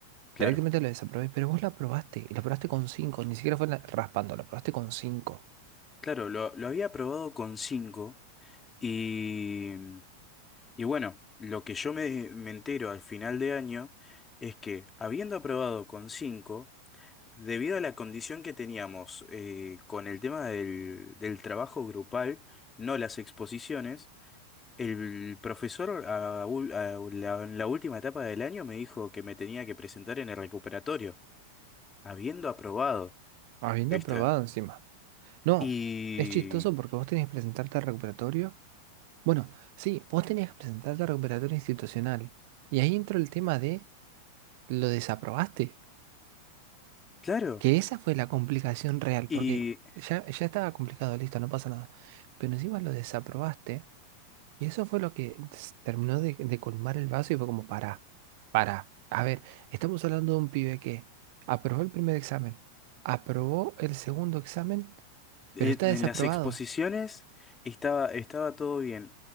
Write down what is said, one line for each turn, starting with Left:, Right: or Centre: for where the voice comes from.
Left: claro,
Right: Directamente la desaprobé, pero vos la aprobaste, y la aprobaste con cinco ni siquiera fue la- raspando, la aprobaste con 5,
Left: claro, lo, lo había aprobado con 5 y, y bueno, lo que yo me, me entero al final de año es que habiendo aprobado con cinco Debido a la condición que teníamos eh, con el tema del, del trabajo grupal, no las exposiciones, el profesor a ul- a la- en la última etapa del año me dijo que me tenía que presentar en el recuperatorio, habiendo aprobado,
Right: habiendo
Left: ¿viste?
Right: aprobado encima. No,
Left: Y
Right: es chistoso porque vos tenías que presentarte al recuperatorio. Bueno, sí, vos tenías que presentarte al recuperatorio institucional, y ahí entró el tema de lo desaprobaste,
Left: claro,
Right: que esa fue la complicación real,
Left: y
Right: porque ya, ya estaba complicado, listo, no pasa nada, pero encima lo desaprobaste Y eso fue lo que s- terminó de, de colmar el vaso y fue como, para, para. A ver, estamos hablando de un pibe que aprobó el primer examen, aprobó el segundo examen,
Left: eh,
Right: pero está
Left: en
Right: desaprobado.
Left: las exposiciones estaba, estaba todo bien.